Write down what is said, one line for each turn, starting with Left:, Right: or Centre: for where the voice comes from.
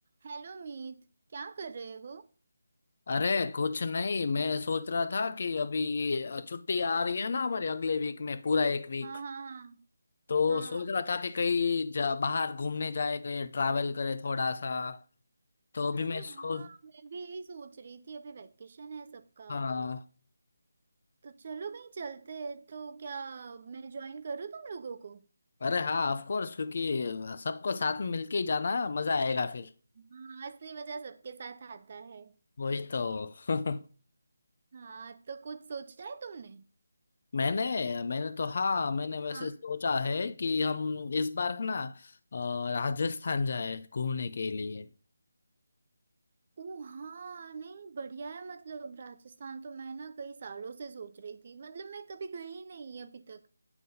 Right: Hello Meet क्या कर रहे हो
Left: अरे कुछ नहीं मैं सोच रहा था कि अभी छुट्टी आ रही है ना हमारे अगले वीक में पूरा एक वीक
Right: हाँ हाँ
Left: तो
Right: हाँ
Left: सोच रहा था कि कहीं जा, बाहर घूमने जाए कहीं ट्रैवल करे थोड़ा सा तो अभी
Right: हाँ
Left: मैं
Right: अरे हाँ
Left: सो
Right: मैं भी यही सोच रही थी अभी वैकेशन है सबका
Left: हाँ
Right: तो चलो कहीं चलते हैं तो क्या मैं ज्वाइन करूँ तुम लोगों को
Left: अरे हाँ ऑफ कोर्स क्योंकि सबको साथ में मिलके ही जाना है, मजा आएगा फिर
Right: हाँ असली मजा सबके साथ आता है
Left: वही तो <laughs>
Right: हाँ तो कुछ सोचा है तुमने
Left: मैंने मैंने तो हाँ मैंने वैसे
Right: हाँ
Left: सोचा है कि हम इस बार है ना अ, राजस्थान जाए घूमने के लिए
Right: ओ हाँ नहीं बढ़िया है मतलब राजस्थान तो मैं ना कई सालों से सोच रही थी मतलब मैं कभी गई ही नहीं अभी तक